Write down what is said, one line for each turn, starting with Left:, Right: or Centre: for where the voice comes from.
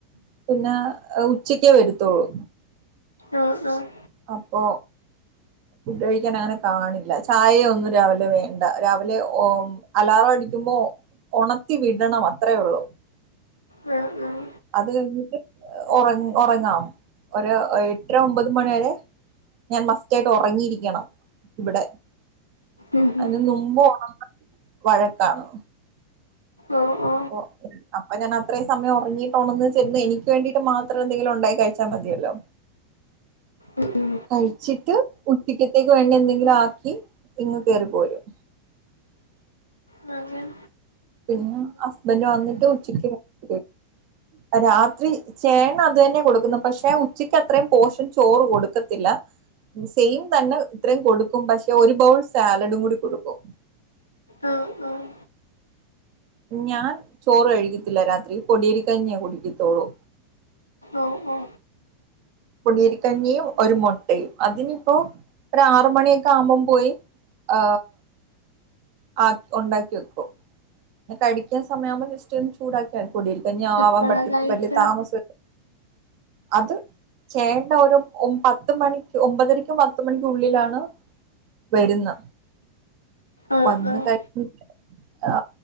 Right: പിന്നേ അ ഉച്ചയ്ക്കേ വരുത്തോള്ളൂ.
Left: ആഹ് ആഹ്
Right: അപ്പോ. ഫുഡ് കഴിക്കാൻ അങ്ങനെ കാണില്ല. ചായ ഒന്നും രാവിലെ വേണ്ട രാവിലെ ഓ- അലാറം അടിക്കുമ്പോ ഒണർത്തി വിടണം അത്രേ ഉള്ളൂ.
Left: ഉം ഉം.
Right: അത് കഴിഞ്ഞിട്ട് ഉറ ഉറങ്ങാം ഒരു എട്ടര ഒമ്പത് മണി വരെ- ഞാൻ മസ്റ്റ് ആയിട്ട് ഉറങ്ങിയിരിക്കണം. ഇവിടെ
Left: ഉം ഉം
Right: അതിന് നുമ്പ് ഒണർന്നാൽ വഴക്കാണ്
Left: ആഹ് ആ
Right: ഓ അപ്പൊ ഞാൻ അത്രേയും സമയം ഉറങ്ങീട്ടൊണർന്ന് ചെന്ന് എനിക്ക് വേണ്ടിയിട്ട് മാത്രം എന്തെങ്കിലും ഉണ്ടാക്കി കഴിച്ചാൽ മതിയല്ലോ.
Left: ഉം
Right: കഴിച്ചിട്ട് ഉച്ചക്കത്തേക്ക് വേണ്ടി എന്തെങ്കിലും ആക്കി ഇങ്ങ് കേറി പോരും
Left: മകൻ
Right: പിന്നെ ഹസ്ബന്റ് വന്നിട്ട് ഉച്ചക്ക് ഒന്നിച്ച് കഴിക്കും രാത്രി ചേട്ടൻ അതു തന്നെ കൊടുക്കുന്നെ പക്ഷെ ഉച്ചക്ക് അത്രയും പോഷൻ ചോറ് കൊടുക്കത്തില്ല. സെയിം തന്നെ ഇത്രയും കൊടുക്കും പക്ഷെ ഒരു ബൗൾ സാലഡും കൂടി കൊടുക്കും.
Left: ആ ആഹ്
Right: ഞാൻ ചോറ് കഴിക്കെത്തില്ല രാത്രി പൊടിയേരിക്കഞ്ഞിയാ കുടിക്കത്തൊള്ളൂ
Left: ഓ ഓ
Right: പൊടിയേരിക്കഞ്ഞിയും ഒരു മൊട്ടയും അതിനി ഇപ്പോ ഒരാറ് മണിയൊക്കെ ആവുമ്പം പോയി ഏ ആകി ഉണ്ടാക്കി വെക്കും കഴിക്കാൻ സമയമാവുമ്പോ ജസ്റ്റ് ഒന്ന് ചൂടാക്കിയാൽ പൊടിയേരി കഞ്ഞി ആവാൻ
Left: എപ്പഴാ
Right: പട്ട
Left: കഴിക്ക
Right: വലിയ താമസ അത് ചേട്ടന് ഒരു ഒമ്പ പത്ത് മണിക്ക് ഒമ്പതരക്കും പത്ത് മണിക്കും ഉള്ളിലാണ് വരുന്നെ
Left: ആഹ്
Right: വന്ന്
Left: ആഹ്
Right: കഴിഞ്ഞിട്ട് ആ